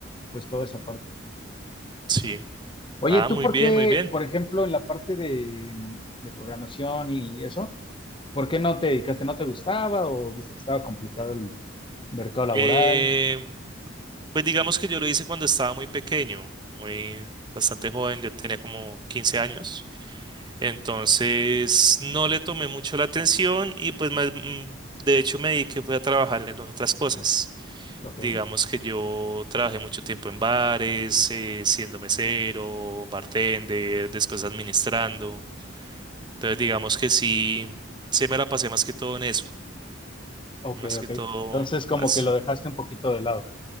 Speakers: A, on the left (about 25°); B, on the right (about 20°).
A: pues toda esa parte.
B: Sí.
A: Oye,
B: Ah,
A: ¿tú
B: muy
A: por
B: bien,
A: qué,
B: muy bien.
A: por ejemplo, en la parte de, de programación y eso, por qué no te dedicaste? ¿No te gustaba o viste que estaba complicado el mercado laboral?
B: Eh, pues digamos que yo lo hice cuando estaba muy pequeño, muy bastante joven, yo tenía como 15 años. Entonces no le tomé mucho la atención y pues más, mm, de hecho me dediqué fue a trabajar en otras cosas.
A: Ok,
B: Digamos que yo trabajé mucho tiempo en bares, eh, siendo mesero, bartender, después administrando. Entonces digamos que sí, se me la pasé más que todo en eso,
A: ok,
B: más que
A: ok.
B: todo
A: Entonces como
B: así.
A: que lo dejaste un poquito de lado.